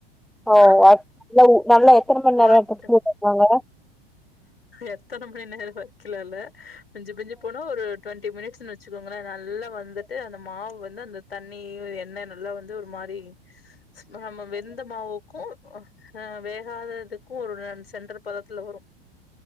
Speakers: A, in the centre; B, on the left.
A: ஓ
B: ஆ
A: வாட் நல்லா எத்தனை மணி
B: வாட்
A: நேரம் <unintelligible> ச்சுந்தாங்க
B: எத்தன மணி நேரம் வச்சுலா இல்ல மிஞ்சி மிஞ்சி போனா ஒரு ட்வெண்ட்டி மினிட்ஸ்ன்னு வச்சுக்கோங்களே நல்லா வந்துட்டு அந்த மாவு வந்து அந்த தண்ணி எண்ணெய் நல்ல வந்து ஒரு மாரி நம்ம வெந்த மாவுக்கு அ வேகாததுக் க்கு ஒரு ரெண் சென்டர் பதத்துல வரு